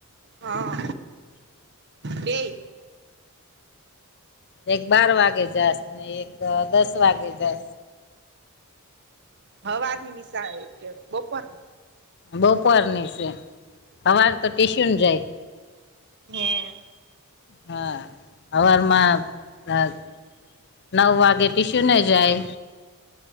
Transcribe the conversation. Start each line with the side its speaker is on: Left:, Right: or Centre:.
Right: હા બેય
Left: એક બાર વાગે જાશ ને એક દસ વાગે જાસ
Right: હ સવાની નિશાળ હે કે બપોરની.
Left: બપોરની સે સવાર તો ટીશ્યુન જાય.
Right: હે
Left: હા સવારમાં <unintelligible> નવ વાગે ટીસુને નેજાય